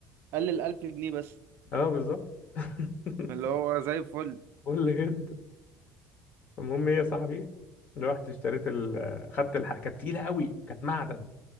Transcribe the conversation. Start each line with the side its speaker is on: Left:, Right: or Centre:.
Right: قل الألف جنيه بس
Left: اه بالظبط <laughs>
Right: اللي هو زي الفل
Left: قول جد المهم ايه يا صاحبي رحت اشتريت ال آه، خدت الحق كانت تقيلة أوي كانت معدن